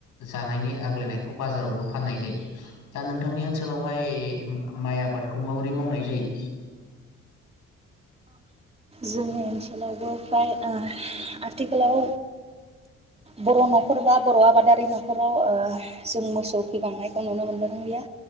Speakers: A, on the left (about 80°); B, on the right (about 20°).
A: जानायनि आग्लायनायखौ बाजारावबो फाननाय जायो दा नोंथांनि ओनसोलावहाय माइ आबादखौ माबोरै मावनाय जायो??
B: जोंनि ओनसोलावबो फ्राय ओ आथिखालाव बर' न'खर बा बर' आबादारि न'खराव ओ जों मोसौ फिबांनायखौ नुनो मोनबोदोंलिया